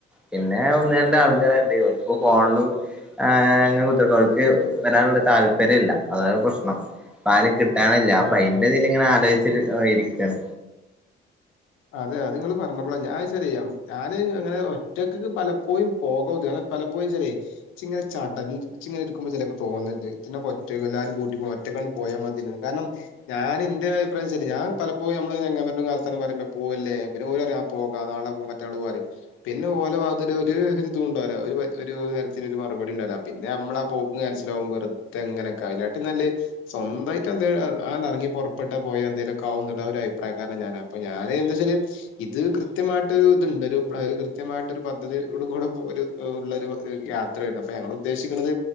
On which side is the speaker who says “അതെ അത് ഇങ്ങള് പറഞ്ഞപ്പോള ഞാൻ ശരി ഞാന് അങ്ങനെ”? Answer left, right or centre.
Left